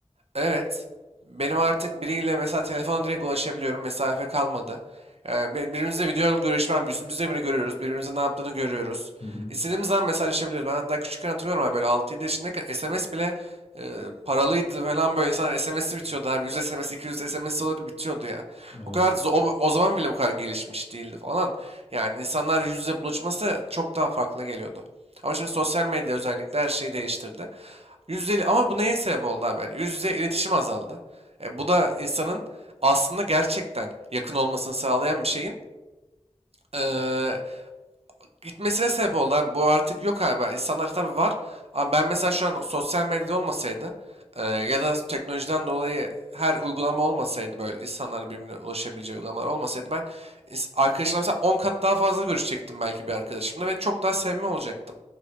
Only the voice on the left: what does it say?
Hı hı.
Evet.